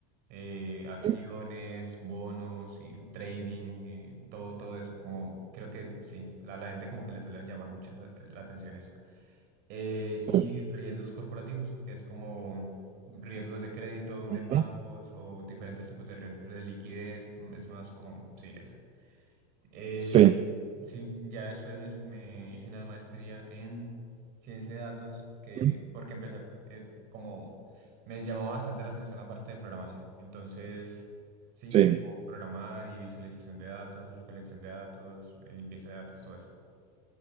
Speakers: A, on the right (about 50°); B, on the right (about 30°).
A: eh, acciones,
B: sí,
A: bonos, y trading, eh, todo, todo eso. Como creo que sí, la, la gente como que le suele llamar mucho esa- la atención eso. Eh,
B: sí.
A: y riesgos corporativos, que es como riesgos de crédito
B: ujú,
A: en bancos o diferentes tipos de red de liquidez. mm, Es más como, sí, eso. Eh,
B: Sí,
A: sí, ya después me, me hice una maestría en ciencia de datos que,
B: ujú,
A: porque empecé a- eh, como me llamaba bastante la atención la parte de programación. Entonces, sí,
B: sí.
A: como programar y visualización de datos, recolección de datos, eh, limpieza de datos, todo eso.